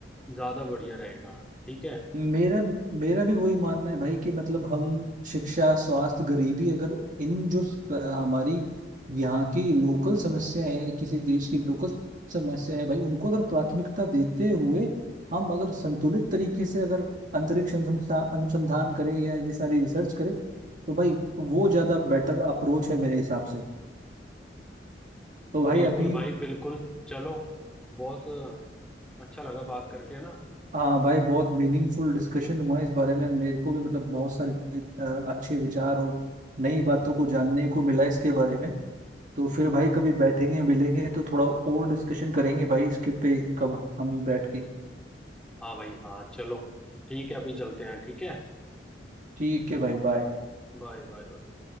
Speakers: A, in the centre; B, on the right.
A: ज्यादा बढ़िया रहेगा ठीक है
B: मेरा मेरा भी वही मानना है भाई कि मतलब हम शिक्षा स्वास्थ्य गरीबी अगर इन जो स- हमारी यहाँ की लोकल समस्याएं हैं, किसी देश की लोकल समस्याएं हैं, भाई उनको अगर प्राथमिकता देते हुए हम अगर संतुलित तरीके से अगर अंतरिक्ष अनुसंधान अनुसंधान करें या ये सारी रिसर्च करें तो भाई वो ज्यादा बेटर अप्रोच है मेरे हिसाब से तो भाई
A: बिल्कुल
B: अभी
A: भाई बिल्कुल चलो बहुत अच्छा लगा बात करके है ना
B: हाँ भाई बहुत मीनिंगफुल डिस्कशन हुआ इस बारे में मेरे को भी मतलब बहुत सारे अ, अच्छे विचार और नई बातों को जानने को मिला इसके बारे में तो फिर भाई कभी बैठेंगे मिलेंगे तो थोड़ा और डिस्कशन करेंगे भाई इसके पे कब हम ही बैठ के
A: हाँ भाई हाँ चलो ठीक है अभी चलते हैं ठीक है
B: ठीक है भाई बाय
A: ओके Bye bye bye